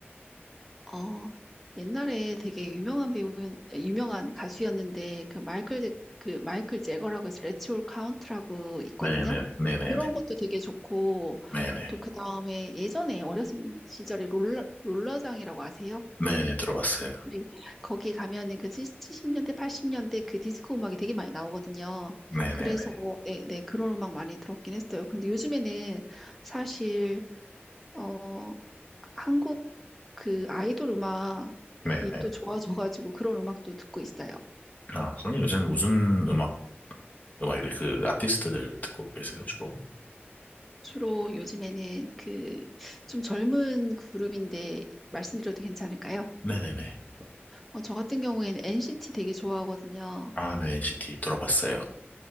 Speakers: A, in the centre; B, on the left.
A: 어, 옛날에 되게 유명한 배우, 유명한 가수였는데, 그 마이클, 제- 그 마이클 제거라고 해서 레츠 올 카운트라고 있거든요.
B: 네네네, 네네네,
A: 그런 것도 되게 좋고,
B: 네네,
A: 또 그 다음에 예전에 어렸을 시절에 롤러, 롤러장이라고 아세요?
B: 네네 들어봤어요.
A: 네. 거기 가면은 그 70년대, 80년대 그 디스코 음악이 되게 많이 나오거든요.
B: 네네네,
A: 그래서 네, 네, 그런 음악 많이 들었긴 했어요. 근데 요즘에는 사실 어 한국 그 아이돌 음악이
B: 네네.
A: 또 좋아져가지고 그런 음악도 듣고 있어요.
B: 아 그럼 요새는 무슨 음악, 음악이래 그 아티스트들 듣고 계세요 주로?
A: 주로 요즘에는 그 좀 젊은 그룹인데 말씀드려도 괜찮을까요?
B: 네네네.
A: 어, 저 같은 경우에는 NCT 되게 좋아하거든요.
B: 아, 네 NCT 들어봤어요.